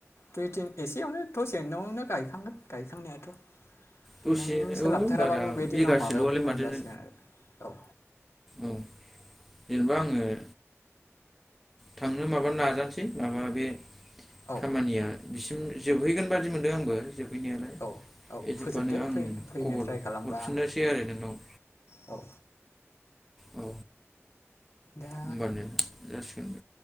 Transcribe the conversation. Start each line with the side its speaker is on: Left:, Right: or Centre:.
Left: दुइ तिन एसेयावनो थ'जेननावनो गायखांगोन गायखांनायाथ'।
Centre: दसेनो
Left: नों सोलाबथाराबाबो
Centre: औ बारा
Left: बे
Centre: बिगासेल'आलाय
Left: दिनाव माबायाव फैबानो
Centre: माथोनो
Left: जासिगोन आरो औ।
Centre: औ जेनेबा आङो थांनो माबा नाजानोसै माबा बे
Left: औ।
Centre: खामानिया बिसिम जोबहैगोन बादि मोनदों आंबो जोबहैनायालाय
Left: औ औ
Centre: बे जोबबानो
Left: फोजोबदो
Centre: आं
Left: फै फैनो
Centre: खबर
Left: ट्राइ खालामबा
Centre: हरफिननोसै आरो नोंनाव।
Left: औ।
Centre: औ
Left: दा
Centre: होमबानो जासिगोन।